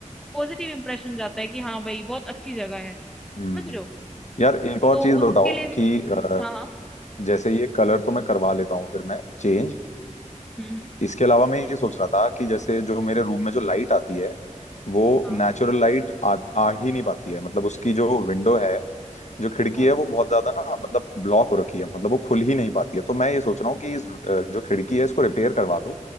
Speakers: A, in the centre; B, on the left.
A: पॉजिटिव इंप्रेशन जाता है कि हाँ भाई बहुत अच्छी जगह है समझ
B: हम्म।
A: रहे हो
B: यार एक और
A: तो
B: चीज बताओ
A: उसके लिए भी
B: कि अ,
A: हाँ हाँ
B: जैसे ये कलर तो मैं करवा लेता हूँ फिर मैं चेंज
A: हम्म हम्म,
B: इसके अलावा मैं ये सोच रहा था कि जैसे जो मेरे रूम में जो लाइट आती है वो
A: हाँ
B: नेचुरल लाइट आ, आ ही नहीं पाती है मतलब उसकी जो विंडो है जो खिड़की
A: हाँ
B: है वो बहुत ज्यादा ना मतलब ब्लॉक हो रखी है मतलब वो खुल ही नहीं पाती है तो मैं ये सोच रहा हूँ कि इस अ, जो खिड़की है इसको रिपेयर करवा दूं